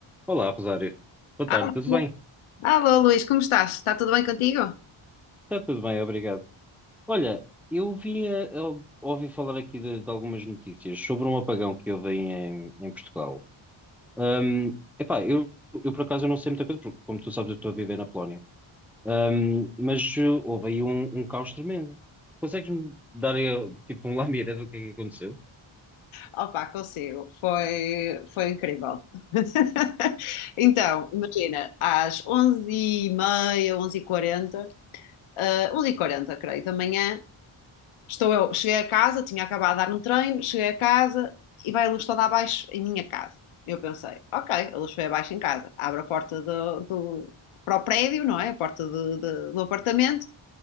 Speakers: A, in the centre; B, on the left.
A: Olá, Rosário. Boa tarde,
B: Alô,
A: tudo bem?
B: alô, Luís, como estás? Está tudo bem contigo?
A: Está tudo bem, obrigado. Olha, eu vim a, a- ouvi falar aqui de, de algumas notícias sobre um apagão que houve em, em Portugal. Ahm, epá, eu, eu por acaso eu não sei muita coisa, porque como tu sabes eu estou a viver na Polónia. Ahm, mas eh, houve aí um, um caos tremendo. Consegues-me dar aí, tipo um lamiré do que é que aconteceu?
B: Opa, consigo. Foi, foi incrível. <laughs> Então, imagina, às onze e meia, onze e quarenta, ah, 11h40, creio, da manhã, estou eu, cheguei a casa, tinha acabado de dar um treino, cheguei a casa e vai a luz toda abaixo em minha casa. Eu pensei, ok, a luz foi abaixo em casa, abro a porta do, do- para o prédio, não é? A porta do, do do apartamento